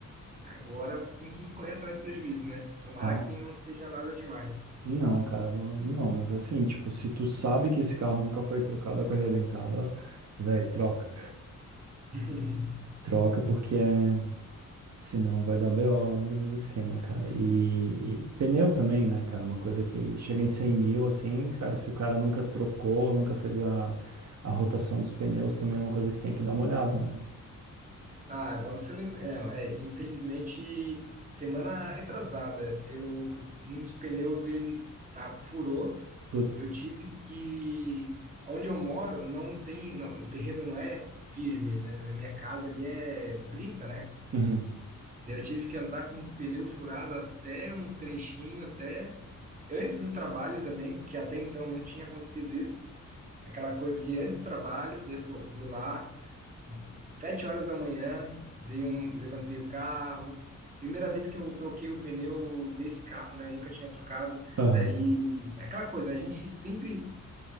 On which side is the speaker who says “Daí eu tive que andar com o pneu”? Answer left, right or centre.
Right